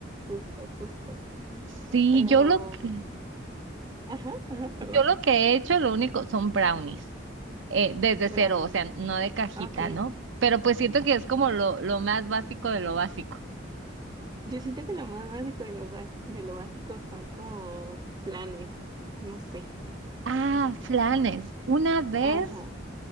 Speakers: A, on the right (about 20°); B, on the right (about 70°).
A: Justo, justo.
B: Sí,
A: Pero,
B: yo lo que,
A: ajá, ajá, perdón.
B: yo lo que he hecho, lo único, son brownies, eh, desde
A: Bravo.
B: cero, o sea, no de cajita,
A: Ok.
B: ¿no? Pero pues siento que es como lo, lo más básico de lo básico.
A: Yo siento que lo más básico de, los ba- de lo básico son como planes. No sé.
B: Ah, flanes. Una vez
A: Ajá.